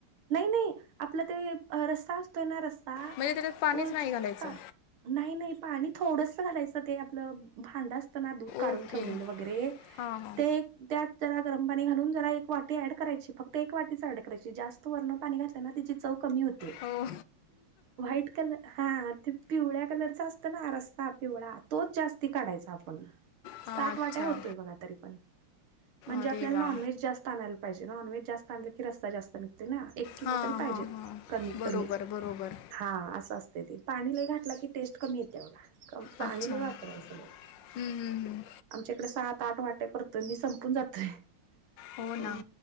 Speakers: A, on the right (about 80°); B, on the left (about 70°).
A: नाही नाही आपला ते रस्सा असतोय ना रस्सा
B: म्हणजे त्याच्यात पाणीच
A: तोच
B: नाही घालायचं
A: का नाही नाही पाणी थोडस घालायचं ते आपलं भांड असताना दूध काढून
B: ओके
A: ठेवलेलं वगैरे
B: हां हां
A: ते त्यात जरा गरम पाणी घालून जरा एक वाटी ऍड करायची फक्त एक वाटीच ऍड करायची जास्त वरून पाणी घातल्या त्याची चव कमी होते
B: हो
A: व्हाईट कलर हा ते पिवळ्या कलरच असतं ना रस्ता पिवळा तोच जास्ती काढायचा आपण. सात
B: हां अच्छा
A: वाट्या होतोय बघा तरी पण म्हणजे
B: अरे
A: आपल्याला
B: वा
A: नॉनव्हेज जास्त आणायला पाहिजे नॉनव्हेज जास्त आणलं की रस्ता जास्त निघते ना एक एक किलो
B: हां
A: तरी पाहिजे
B: हां हां
A: कमीत
B: बरोबर
A: कमी.
B: बरोबर
A: हा असं असते तेी पाणीला घातलं की टेस्ट कमी येते बघा कम पाणी
B: अच्छा
A: लई वापरा याच नाही.
B: हम्म, हम्म, हम्म.
A: आमच्या इकडे सात आठ वाटे करतोय मी संपून जातोय
B: हो
A: अ.
B: ना